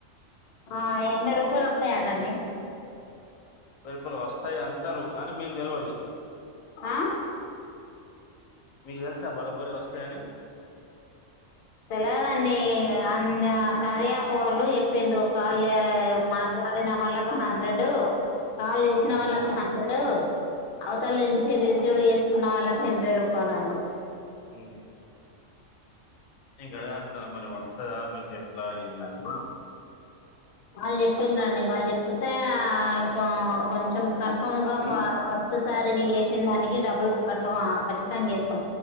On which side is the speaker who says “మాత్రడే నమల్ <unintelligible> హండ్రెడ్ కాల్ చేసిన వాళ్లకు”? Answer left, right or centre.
Left